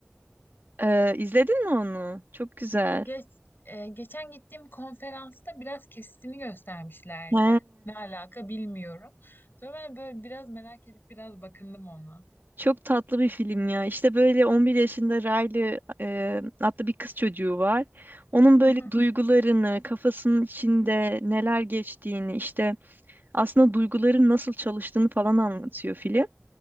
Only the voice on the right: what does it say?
Ee, izledin mi onu? Çok güzel.
He,
çok tatlı bir film ya. İşte böyle 11 yaşında Riley e, adlı bir kız çocuğu var. Onun böyle
duygularını, kafasının içinde neler geçtiğini, işte aslında duyguların nasıl çalıştığını falan anlatıyor film.